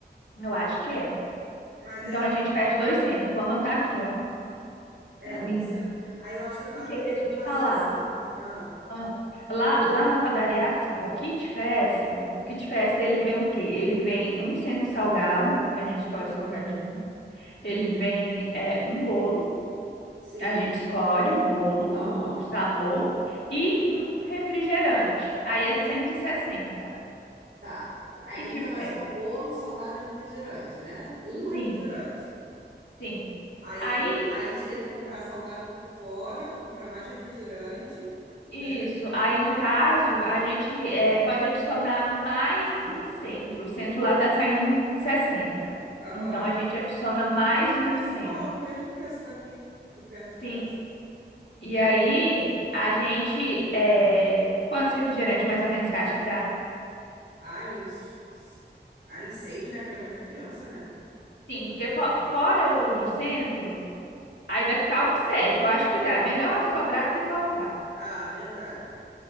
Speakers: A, on the left (about 80°); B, on the right (about 80°).
A: eu acho que é.
B: Mas
A: Então
B: aí,
A: a gente pede dois centros, vou anotar aqui, ó,
B: é
A: pra
B: duzentos
A: mim.
B: Aí eu acho que eu tava
A: Porque
B: pensando
A: deixa
B: em
A: eu
B: fazer
A: te falar.
B: assim. Ah,
A: ah, lá, lá na padaria é assim, ó, o kit festa, o kit festa ele vem o quê? Ele vem um centro salgado, a gente escolhe
B: Hum,
A: o salgadinho. Ele vem é, um bolo,
B: sim.
A: a gente escolhe o bolo, o
B: Aham,
A: o sabor. E um refrigerante. Aí é 160.
B: tá.
A: O
B: Ah,
A: kit
B: Então é
A: fé.
B: só o bolo, salgado e refrigerante, né? um refrigerante.
A: Sim, sim.
B: Aí a
A: Aí,
B: gente, aí a gente teria que comprar salgado por fora, comprar mais refrigerante, né?
A: isso. Aí, no caso, a gente eh, pode adicionar mais um centro. O centro lá tá saindo sessenta
B: Aham.
A: Então, a gente adiciona mais um
B: Preço
A: centro.
B: bom, mesmo preço daqui, de perto de casa.
A: Sim. E aí, a gente. eh, Quantos refrigerantes mais ou menos você acha que dá?
B: Ai, uns. Ai, uns seis, né? Porque é muita criança, né?
A: Sim, porque fo- fora o do centro, aí vai ficar um sete. Eu acho que dá. É melhor sobrar do que faltar.
B: Ah, verdade.